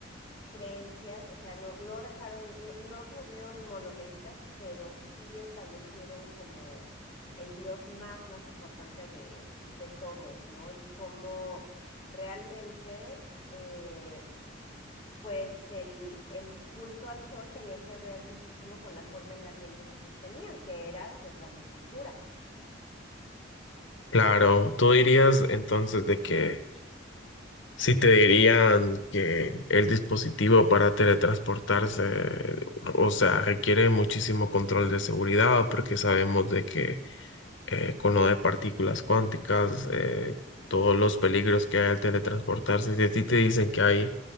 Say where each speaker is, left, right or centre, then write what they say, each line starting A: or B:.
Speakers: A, on the left (about 25°); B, on the left (about 70°).
A: creencias, o sea, no, no dejaron, no, no se volvieron monoteístas, pero sí establecieron como el dios más, más importante de, de todos, ¿no? Y cómo realmente, eh, pues el, el culto al sol tenía que ver muchísimo con la forma en la que ellos se sostenían, que era pues la agricultura.
B: Claro, tú dirías entonces de que si te dirían que el dispositivo para teletransportarse, o sea, requiere muchísimo control de seguridad, porque sabemos de que eh, con lo de partículas cuánticas, eh,
A: Ujú.
B: todos los peligros que hay al teletransportarse, si a ti te dicen que hay